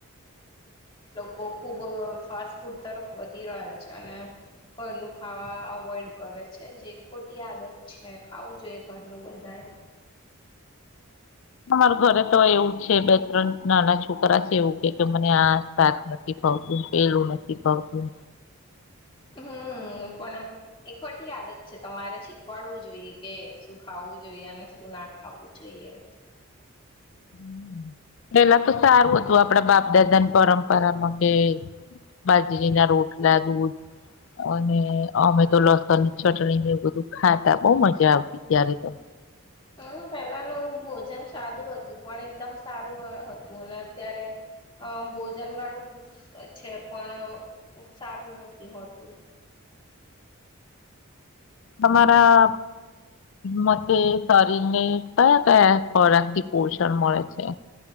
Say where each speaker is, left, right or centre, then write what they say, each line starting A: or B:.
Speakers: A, on the left (about 20°); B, on the left (about 60°).
A: કો ખૂબ ફાસ્ટ ફૂડ તરફ વધી રહ્યા છે અને ઘરનું ખાવા અવોઈડ કરે છે જે ખોટી આદત છે. ખાવું જોઈએ ઘરનું બધાએ એવું.
B: માર ઘરે તો એવું જ છે બે ત્રણ નાના છોકરા છે એવું કે મને આ શાક નથી ફાવતું પલું નથી ફાવતું.
A: હમ્મ પણ એખોટી આદત છે, તમારે શીખવાડવું જોઈએ કે શું ખાવું જોઈએ અને શું ના ખાવું જો ઈએ.
B: હમ્મ, પેલા તો સારું હતું આપડા બાપ દાદાની પરંપરા માટે બાજરીના રોટલા દૂધ અને અમે તો લસણ ચટણી ને એ બધું ખાતા બહુ મજા આવતી ત્યારે તો
A: હમ્મ, પેલાનું ભોજન સાદું હતું પણ એકદમ સારું અહ હતું અને અત્યારે અહ ભોજન ગણું છે પણ સારું નથી હોતું.
B: તમારા મતે શરીને કયા કયા ખોરાખ થી પોષણ મળે છે?